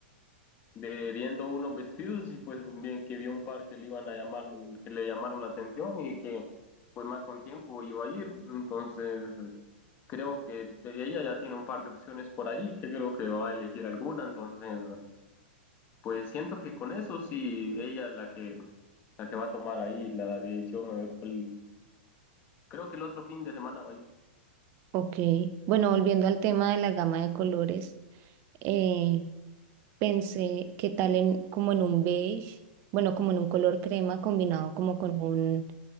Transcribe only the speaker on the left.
de viendo unos vestidos y pues bien que vio un par que le iban a llamar, que le llamaron la atención y que pues más con tiempo iba a ir. Entonces creo que de ella ya tiene un par de opciones por ahí, que creo que va a elegir alguna. Entonces pues siento que con eso sí, ella es la que, la que va a tomar ahí la decisión, a ver cuál. Creo que el otro fin de semana, ay,